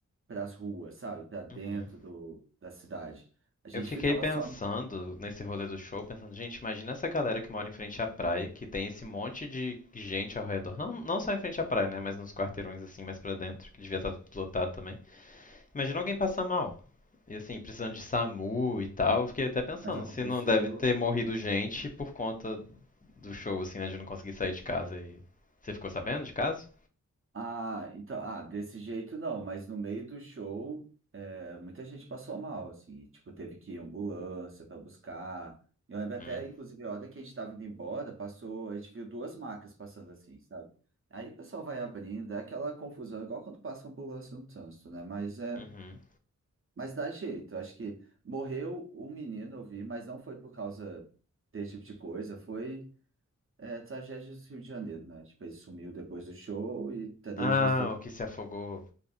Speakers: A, on the right; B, on the left.
A: para as ruas, sabe? Para dentro
B: Uhum.
A: do, da cidade. A gente
B: Eu fiquei
A: ficava
B: pensando
A: só
B: nesse rolê do show, pensando, gente, imagina essa galera que mora em frente à praia, que tem esse monte de gente ao redor. Não, não só em frente à praia, né? Mas nos quarteirões assim, mais pra dentro, que devia estar tudo lotado também. Imagina alguém passar mal. E assim, precisando de SAMU e tal. Eu fiquei até pensando,
A: Mas aconteceu.
B: se não deve ter morrido gente por conta do show, assim, né? De não conseguir sair de casa e. Você ficou sabendo de caso?
A: Ah, então, ah, desse jeito não, mas no meio do show, é, muita gente passou mal, assim, tipo, teve que ir em ambulância para buscar. Eu lembro até,
B: Hum.
A: inclusive, a hora que a gente estava indo embora, passou, a gente viu duas macas passando assim, sabe? Aí o pessoal vai abrindo, é aquela confusão, igual quando passa ambulância no trânsito, né? Mas é,
B: Uhum.
A: mas dá jeito. Acho que morreu um menino, eu vi, mas não foi por causa desse tipo de coisa, foi É, tragédias do Rio de Janeiro, né? Tipo, ele sumiu depois do show e três
B: Ah,
A: dias depois.
B: o que se afogou.